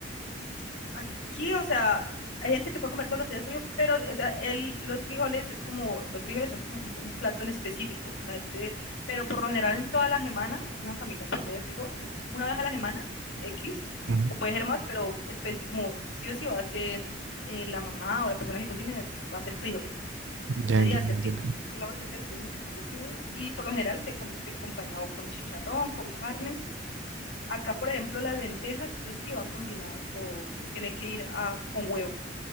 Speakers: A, on the left; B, on the right.
A: Sí. Aquí, o sea, hay gente que puede comer todos los días frío, pero o sea, el, los frijoles es como, los frijoles son como un, un, plato en específico. La gente, pero por lo general en toda la semana, en una familia promedio, te digo, una vez a la semana, X,
B: Ujú.
A: o puede ser más, pero específico como sí o sí va a ser eh, la mamá o la persona que cocine, va a ser frijoles.
B: Ya
A: De día
B: entiendo,
A: hacia frío.
B: entiendo.
A: Si me voy a entender, entonces se come frijoles y por lo general se, com- se acompaña o con chicharrón, con carne Acá, por ejemplo, las lentejas sí o sí va combinada con, tiene que ir a, con huevo,